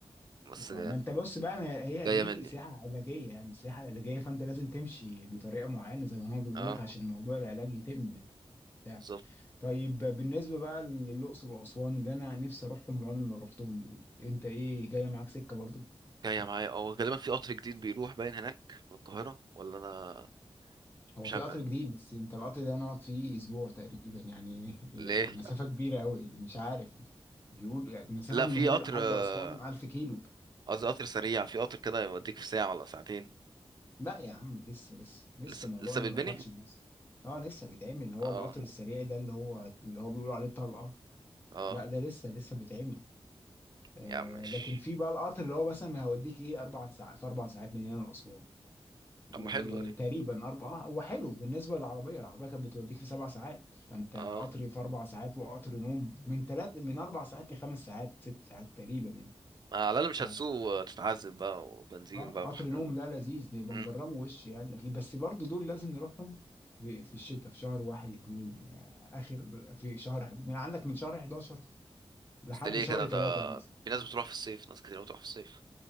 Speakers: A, on the right; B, on the left.
A: بس
B: اه ما انت بص بقى ما هي
A: جاية
B: دي
A: مني
B: سياحة علاجية يعني سياحة علاجية فانت لازم تمشي بطريقة معينة زي ما هو بيقول
A: اه
B: لك عشان موضوع العلاج يتم يعني بتاع
A: بالظبط
B: طيب بالنسبة بقى للأقصر وأسوان اللي أنا نفسي أروحهم وعمري ما رحتهم دول أنت إيه جاية معاك سكة برضو؟
A: جاية معايا اه غالبا في قطر جديد بيروح باين هناك من القاهرة ولا انا
B: هو
A: مش
B: في
A: عارف
B: قطر جديد بس انت القطر ده نقعد فيه اسبوع تقريبا يعني <laughs> يعني
A: ليه
B: مسافه كبيره قوي مش عارف بيقول يعني مسافه
A: لا
B: من
A: في
B: هنا
A: قطر
B: لحد
A: آه،
B: اسوان 1000 كيلو
A: قصدي قطر سريع في قطر كده يوديك في ساعة ولا ساعتين
B: لا يا عم لسه لسه لسه
A: لسه
B: الموضوع
A: لسه
B: ده
A: بيتبني
B: ما دخلش مصر اه لسه بيتعمل اللي هو
A: اه
B: القطر السريع ده اللي هو اللي هو بيقولوا عليه طلقه
A: اه
B: لا ده لسه لسه بيتعمل آه
A: يا عم مش
B: لكن في بقى القطر اللي هو مثلا هيوديك ايه اربع ساعات في اربع ساعات من هنا لاسوان
A: طب
B: وتقريبا
A: ما حلوة دي
B: اربعه هو حلو بالنسبه للعربيه العربيه كانت بتوديك في سبع ساعات فانت قطر
A: اه
B: في اربع ساعات وقطر نوم من ثلاث من اربع ساعات لخمس ساعات ست ساعات تقريبا يعني
A: على الأقل مش
B: اه
A: هتسوق وتتعذب بقى وبنزين
B: آه،
A: بقى
B: قطر
A: وحاجات
B: نوم ده لذيذ نبقى
A: مم.
B: نجربه وش يعني أكيد. بس برضو دول لازم نروحهم في في الشتاء في شهر واحد اتنين آه، اخر في شهر حد. من عندك من شهر 11 لحد
A: بس ده ليه
B: شهر
A: كده
B: ثلاثة
A: ده
B: مثلا
A: في ناس بتروح في الصيف ناس كتير بتروح في الصيف